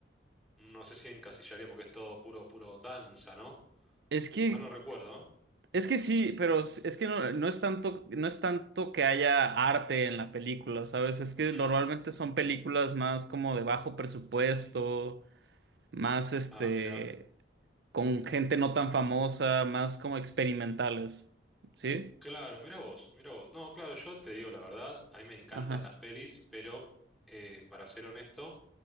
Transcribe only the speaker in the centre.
no sé si encasillaría porque es todo puro, puro danza, ¿no?
Si
mal no recuerdo,
¿eh?
Mm.
Ah, mira.
Claro, mira vos, mira vos. No, claro, yo te digo la verdad, a mí me encantan
las pelis, pero eh, para ser honesto,